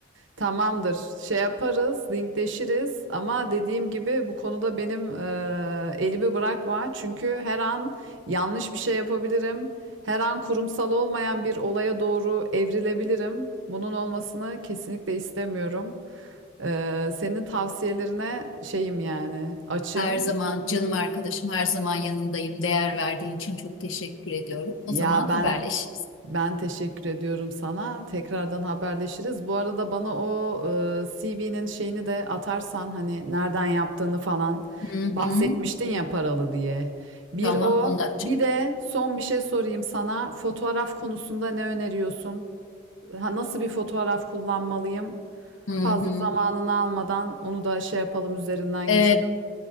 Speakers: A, on the right; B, on the left.
A: Tamamdır. Şey yaparız, linkleşiriz ama dediğim gibi bu konuda benim e, elimi bırakma. Çünkü her an yanlış bir şey yapabilirim. Her an kurumsal olmayan bir olaya doğru evrilebilirim. Bunun olmasını kesinlikle istemiyorum. E, senin tavsiyelerine şeyim yani açım.
B: Her zaman canım arkadaşım, her zaman yanındayım. Değer verdiğin için çok teşekkür ediyorum.
A: Ya
B: O zaman haberleşiriz.
A: ben Ben teşekkür ediyorum sana. Tekrardan haberleşiriz. Bu arada bana o e, C CV'nin şeyini de atarsan hani nereden yaptığını falan
B: Hı hı.
A: bahsetmiştin ya paralı diye. Bir
B: Tamam,
A: o,
B: 10 dakika.
A: bir de son bir şey sorayım sana. Fotoğraf konusunda ne öneriyorsun? Ha, nasıl bir fotoğraf kullanmalıyım?
B: Hı
A: Fazla
B: hı.
A: zamanını almadan onu da şey yapalım üzerinden
B: Ee,
A: geçelim.